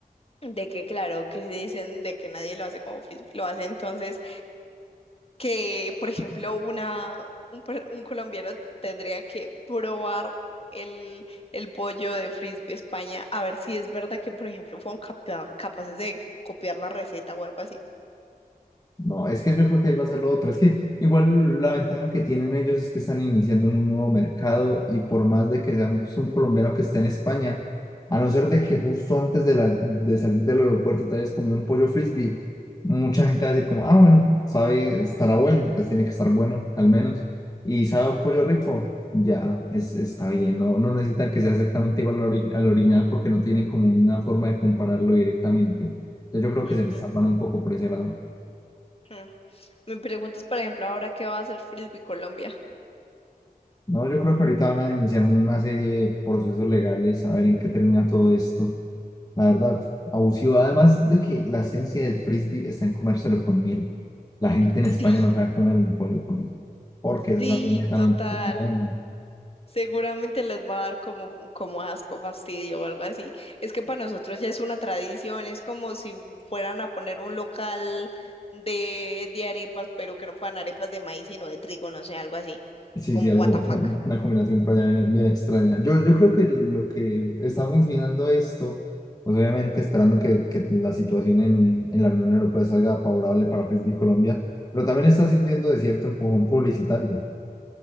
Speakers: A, on the left; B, on the left.
A: de que claro, que se dicen de que nadie lo hace como Facebook lo hace, entonces que, por ejemplo, una, un, per- un colombiano tendría que probar el, el pollo de Frisbee España a ver si es verdad que, por ejemplo, fueron capa- capaces de copiar la receta o algo así.
B: No, es que yo creo que ahí va a ser lo otro. Es que igual la ventaja que tienen ellos es que están iniciando en un nuevo mercado y por más de que sea un, un colombiano que esté en España, a no ser de que justo antes de, la, de salir del aeropuerto te hayas comido un pollo frisbee, mucha gente va a decir como, ah, bueno, sabe, estará bueno, pues tiene que estar bueno al menos. Y sabe a pollo rico, ya es, está bien, no, no necesitan que sea exactamente igual al, ori- al original porque no tienen como una forma de compararlo directamente. Entonces yo creo que
A: Ujú,
B: se les salvan un poco por ese lado.
A: ujú. Me preguntas, por ejemplo, ahora qué va a hacer Frisbee Colombia.
B: No, yo creo que ahorita van a iniciar una serie de procesos legales, a ver en qué termina todo esto. La verdad, abusivo. Además de que la esencia del frisbee está en comérselo con miel. La gente en
A: Sí,
B: España no sabe comer un pollo con miel, porque eso
A: sí,
B: es algo netamente.
A: total.
B: colombiano.
A: Seguramente les va a dar como, como asco, fastidio o algo así. Es que para nosotros ya es una tradición, es como si fueran a poner un local de, de arepas, pero que no fueran arepas de maíz, sino de trigo, no sé, algo así,
B: Sí,
A: como
B: sí, algo,
A: what the fuck.
B: una combinación por allá bien, bien extraña. Yo, yo creo que lo que está funcionando esto, pues obviamente esperando que, que la situación en, en la Unión Europea salga favorable para Frisbee Colombia, pero también está sirviendo de cierto empujón publicitario.